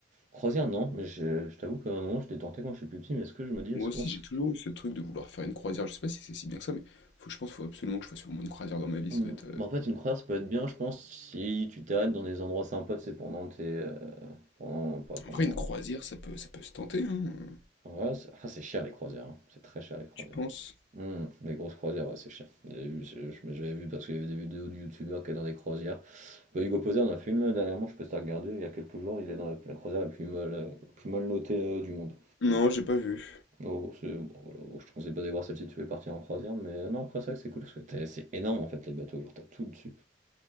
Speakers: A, on the right; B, on the left.
A: Croisière, non, mais je, je t'avoue qu'à un moment, j'étais tenté quand j'étais plus petit, mais est-ce que je me dis, est-ce
B: Moi
A: qu'on
B: aussi,
A: se
B: j'ai toujours eu ce truc de vouloir faire une croisière. Je sais pas si c'est si bien que ça, mais faut, je pense qu'il faut absolument que je fasse au moins une croisière dans ma vie.
A: Hmm.
B: Ça doit être, euh,
A: Bah, en fait, une croisière, ça peut être bien, je pense, si tu t'arrêtes dans des endroits sympas, c'est pendant tes. euh, pendant. Pas pendant.
B: En vrai, une croisière, ça peut, ça peut se tenter, hein? euh,
A: Ouais, c'est ah, c'est cher les croisières, hein. C'est très cher les croisières.
B: Tu penses?
A: Hmm. Les grosses croisières, ouais, c'est cher. J'avais vu, c'est- je- j'avais vu parce qu'il y avait des vidéos de youtubeurs qui étaient dans des croisières. Bah, Hugo Poser en a fait une là, dernièrement, je peux te regarder, il y a quelques jours, il est dans la, la croisière la plus mal, euh, la plus mal notée euh, du monde.
B: Non, j'ai pas vu.
A: Oh, bon, c'est- bon, voilà, bon, je te conseille pas d'aller voir celle si tu veux partir en croisière, mais euh, non, après, c'est vrai que c'est cool parce que t'as- c'est énorme en fait les bateaux, genre t'as tout dessus.